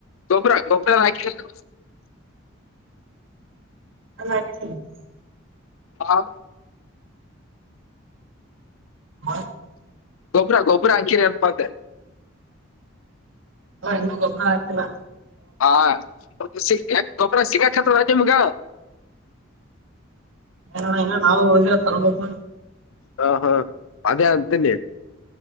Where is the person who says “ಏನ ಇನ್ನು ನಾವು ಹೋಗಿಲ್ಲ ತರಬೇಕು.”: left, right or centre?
Right